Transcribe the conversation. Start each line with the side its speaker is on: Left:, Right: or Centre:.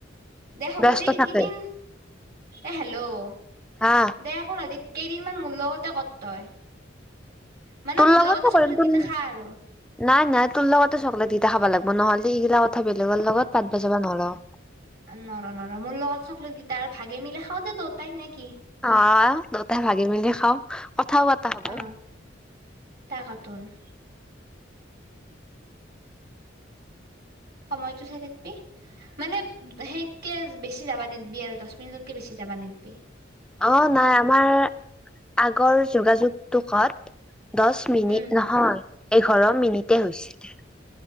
Right: দে হ'ব
Centre: ব্যস্ত
Right: দে এইকেইদিন
Centre: থাকে
Right: এ হেল্ল'
Centre: হা
Right: দে একো নহয় কেইদিনমান মোৰ লগতে কৰ তই। মানে
Centre: তোৰ
Right: মোৰ
Centre: লগত
Right: লগতে চকলেট
Centre: কৰিম তোৰ
Right: কেইটা খা আৰু
Centre: নাই নাই তোৰ লগতে চকলেট দি খাব লাগিব নহলে স ইগলা কথা বেলেগৰ লগত পাতব যাবা নৰা।
Right: নৰ নৰ মোৰ লগতে চকলেট কেইটা আৰু ভাগে মিলি খাওঁ দে দুটাই নে কি
Centre: অ', দুতাই ভাগি মেলি খাওঁ, কথাও পতা হ'ব।
Right: অ <unintelligible> সময়তটো চাই থাকবি, মানে সেইতকে বেছি যাবা নিদবি আৰু, দহ মিনিটতকে বেছি যাবা নিদবি।
Centre: অ', নাই আমাৰ আগৰ যোগাযোগটোকত দচ মিনিট
Right: উম
Centre: নহয়, এঘাৰ মিনিটেই হৈছিলে।